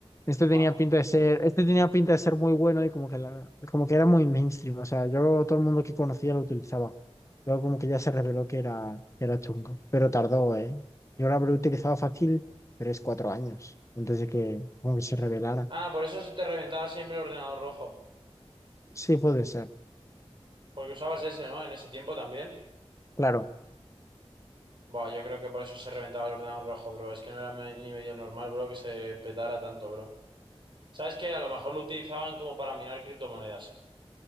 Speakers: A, on the left; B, on the right.
A: Este
B: Ah.
A: tenía pinta de ser, este tenía pinta de ser muy bueno y como que la, como que era muy mainstream. O sea, yo todo el mundo que conocía lo utilizaba. Luego como que ya se reveló que era, que era chungo. Pero tardó, ¿eh? Yo lo habré utilizado fácil tres, cuatro años antes de que como que se revelara.
B: Ah, por eso se te reventaba siempre el ordenador rojo.
A: Sí, puede ser.
B: Porque usabas ese, ¿no? En ese tiempo también.
A: Claro.
B: Buah, yo creo que por eso se reventaba el ordenador rojo, bro. Es que no era me- ni medio normal, bro, que se petara tanto, bro. ¿Sabes qué? A lo mejor lo utilizaban como para minar criptomonedas.